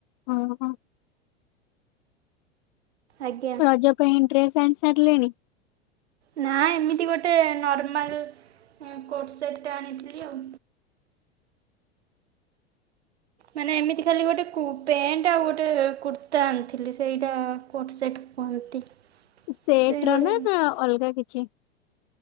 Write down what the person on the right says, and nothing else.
ଆଜ୍ଞା
ନା ଏମିତି ଗୋଟେ ନର୍ମାଲ୍ ଉଁ କୋଟ୍ ସେଟ୍ ଆଣିଥିଲି ଆଉ। ମାନେ ଏମିତି ଖାଲି ଗୋଟେ କୁ ପ୍ୟାଣ୍ଟ ଆଉ ଗୋଟେ କୁର୍ତ୍ତା ଆଣିଥିଲି ସେଇଟା କୋଟ୍ ସେଟ୍ କୁହନ୍ତି। <inaudible>
ସେଇଭଳିଆ
ଆଣିଛି